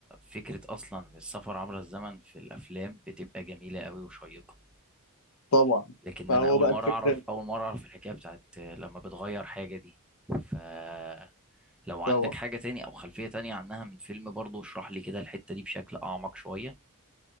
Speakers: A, in the centre; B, on the left (about 65°).
A: فكرة اصلا السفر عبر الزمن في الافلام بتبقى جميلة قوي وشيقة
B: طبعا
A: لكن
B: فهو
A: انا اول
B: بقى
A: مرة
B: الفكره
A: اعرف اول مرة اعرف الحكاية بتاعت لما بتغير حاجة دي فلو عندك
B: طبعا
A: حاجة تاني او خلفية تانية عنها من فيلم برضو اشرح لي كده الحتة دي بشكل اعمق شوية